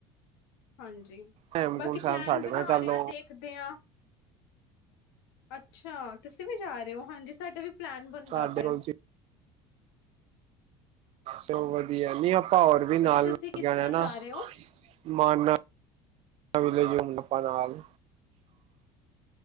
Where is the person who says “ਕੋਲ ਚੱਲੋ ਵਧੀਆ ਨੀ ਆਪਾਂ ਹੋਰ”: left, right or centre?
Right